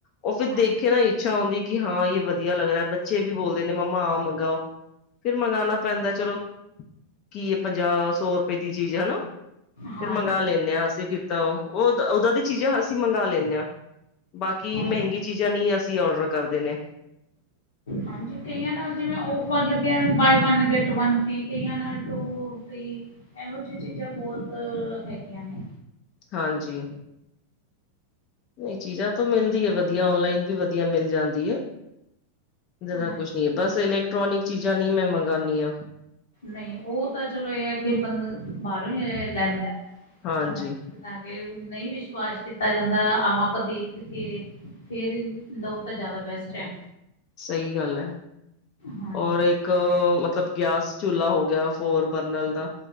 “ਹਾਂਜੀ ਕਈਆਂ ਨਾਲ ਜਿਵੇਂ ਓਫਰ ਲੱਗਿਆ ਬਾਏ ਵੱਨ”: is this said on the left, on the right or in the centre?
Left